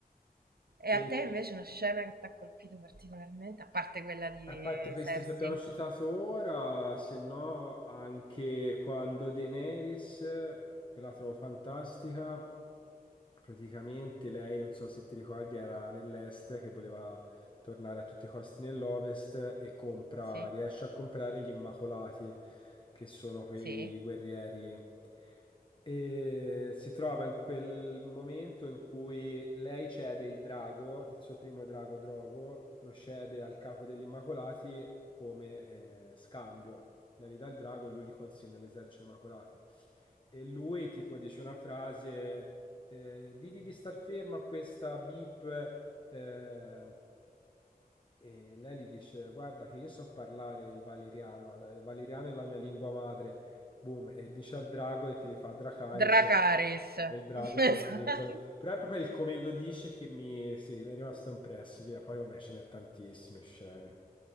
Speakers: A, on the right (about 75°); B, on the left (about 30°).
A: E
B: E,
A: a te invece una scena che ti ha colpito particolarmente, a parte quella di
B: A parte queste
A: Cersei?
B: che abbiamo citato ora, se no anche quando Daenerys, che la trovo fantastica, praticamente lei, non so se ti ricordi, era nell'est che voleva tornare a tutti i costi nell'ovest e compra,
A: Sì?
B: riesce a comprare gli Immacolati, che sono quei
A: Sì?
B: guerrieri. E si trova in quel momento in cui lei cede il drago, il suo primo drago Drogo, lo cede al capo degli Immacolati come eh, scambio. Lei gli dà il drago e lui li consegna all'esercito degli Immacolati. E lui tipo dice una frase, eh, digli di star fermo a questa bip eh, e lei gli dice: Guarda, che io so parlare il valeriano, il valeriano è la mia lingua madre. Boom, e dice al drago e che li fa Dracaris
A: Dracaris.
B: e e il drago polverizza.
A: <laughs>
B: lo- Però è proprio il come lo dice che mi, sì, mi è rimasto impresso. Via, poi vabbè, ce n'è tantissime scene,